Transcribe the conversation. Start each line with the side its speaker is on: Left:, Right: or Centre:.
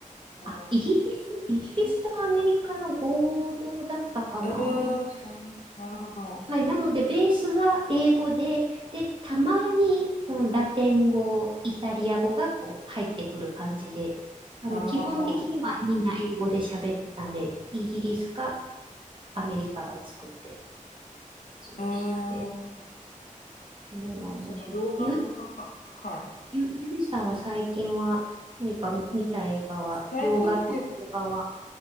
Left: おー。
Right: あ、イギリス、イギリスとアメリカの合同だったかな。
Left: イギリス。えー、そん、なるほど。
Right: はい。なので、ベースが英語で、で、たまに、うん、ラテン語、イタリア語がこう入ってくる感じで、あの、
Left: なるほど。
Right: 基本的にはみんな英語で喋ってたんで、イギリスかアメリカが作ってるやつでしたね。
Left: えー
Right: これは面白かった。
Left: その8日、
Right: ゆ、
Left: 8日間。はい。
Right: ゆ、ゆいさんは最近は何か見た映画は、
Left: 最近見て、
Right: 洋画と邦画は、